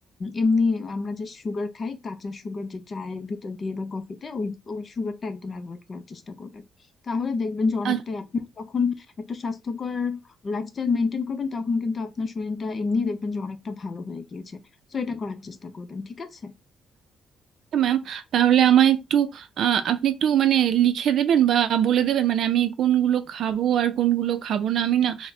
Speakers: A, on the left (about 40°); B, on the right (about 70°).
A: এমনি আমরা যে সুগার খাই কাঁচা সুগার যে চায়ের ভিতর দিয়ে বা কফিতে ওই ওই সুগারটা একদম অ্যাভয়েড করার চেষ্টা করবেন তাহলে দেখবেন যে অনেকটাই
B: আচ্ছা
A: আপনি যখন একটা স্বাস্থ্যকর লাইফস্টাইল মেনটেন করবেন তখন কিন্তু আপনার শরীরটা এমনি দেখবেন যে অনেকটা ভালো হয়ে গিয়েছে সো এটা করার চেষ্টা করবেন ঠিক আছে
B: ম্যাম তাহলে আমায় একটু আহ, আপনি একটু মানে লিখে দেবেন বা বলে দেবেন মানে আমি কোনগুলো খাবো আর কোনগুলো খাবো না আমি না